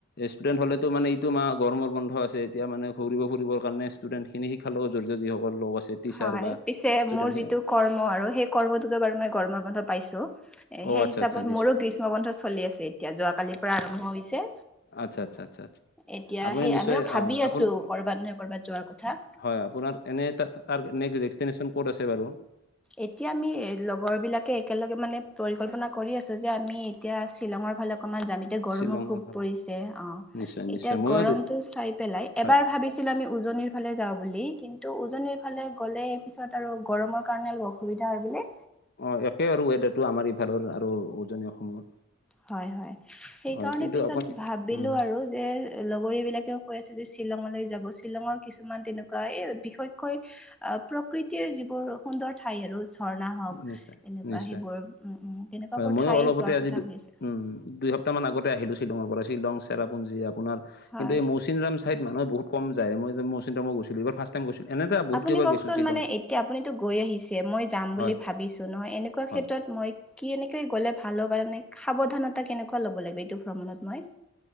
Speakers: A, on the left; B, in the centre.
A: ষ্টুডেণ্ট হ'লে টো, মানে এইটো ম, গৰমৰ বন্ধ আছে এতিয়া মানে ঘূৰিব ফুৰিব। কাৰণে ষ্টুডেণ্ট খিনি, শিকাৰ লগত জড়িত যিসকল লগ আছে। টিচাৰ
B: হয়,
A: বা
B: পিছে
A: ষ্টুডেণ্ট
B: মোৰ যিটো কৰ্ম আৰু, সেই কৰ্মটোতো বাৰু মই গৰমৰ বন্ধ পাইছো। এ,
A: অ
B: সেই
A: আচ্ছা
B: হিচাপত
A: আচ্ছা নিশ্চয়
B: মোৰো গ্ৰীষ্ম বন্ধ চলি আছে, এতিয়া যোৱাকালিৰ পৰা আৰম্ভ হৈছে।
A: আচ্ছ, আচ্ছা, আচ্ছা, আচ্ছা, আচ্ছা।
B: এতিয়া
A: আপুনি
B: সেই
A: নিশ্চয়
B: আমিও ভাবি
A: অ আপোন
B: আছো, কৰ'বাত নহয় কৰ'বাত যোৱাৰ কথা।
A: হয়, আপোনাৰ এনে তাৰ <inaudible> ক'ত আছে বাৰু।
B: এতিয়া আমি লগৰবিলাকে একেলগে মানে পৰিকল্পনা কৰি আছোঁ, যে আমি এতিয়া শ্বিলঙৰ ফালে অকনমান যাম, এতিয়া গৰমো
A: শ্বিলঙৰ
B: খুব
A: ফালে
B: পৰিছে, অ,
A: নিশ্চয় নিশ্চয়
B: এতিয়া
A: ময়ো
B: গৰমটো চাই পেলাই
A: হয়
B: এবাৰ ভাবিছিলো আমি উজনিৰ ফালে যাওঁ বুলি কি ন্তু উজনিৰ ফালে গ'লে পিছত আৰু গৰমৰ কাৰণে অলপ অসুবিধা হয় বুলি
A: অ একেই আৰু ৱেডাৰটো আমাৰ এইফালৰ আৰু উজনি অসমৰ।
B: হয় হয়, সেইকাৰণে
A: হয় কিন্তু
B: পিছত
A: আপুনি
B: ভাবিলো
A: উম
B: আৰু যে লগৰীবিলাকেও কৈ আছে যে শ্বিলঙলৈ যাব, শ্বিলঙৰ কিছুমান তেনেকুৱা এই বিশেষকৈ আ প্ৰকৃতিৰ যিবোৰ সুন্দৰ ঠাই আৰু ঝৰ্ণা হওক
A: নিশ্চয়
B: এনেকুৱা
A: নিশ্চয়
B: সেইবোৰ উম তেনেকুৱা
A: হয়
B: বোৰ
A: ময়ো
B: ঠাই
A: অলপতে
B: যোৱাৰ
A: আজি
B: কথা হৈ আছে।
A: উম দুই সপ্তাহ মান আগতে আহিলো শ্বিলঙৰ পৰা শ্বিলং চেৰাপুঞ্জ আপোনাৰ
B: হয়
A: কিন্তু মৌ চিনৰাম চাইড মানুহে বহুত কম যায় মই মৌচিনৰাম গৈছিলো এইবাৰ ফাৰ্ষ্ট টাইম গৈছিলে এনেইটো বহুত
B: আপুনি
A: কেইবাৰ
B: কওকচোন
A: গৈছিলো শ্বিলং।
B: মানে এতিয়া আপুনিতো গৈ আহিছে, মই যাম বুলি
A: হয়
B: ভাবিছোঁ ন এনেকুৱা
A: হয়
B: ক্ষেত্ৰত মই কেনেকে গ'লে ভাল হ'ব পাৰে মানে সাৱধানতা কেনেকুৱা ল'ব লাগে এইটো ভ্ৰমণত মই?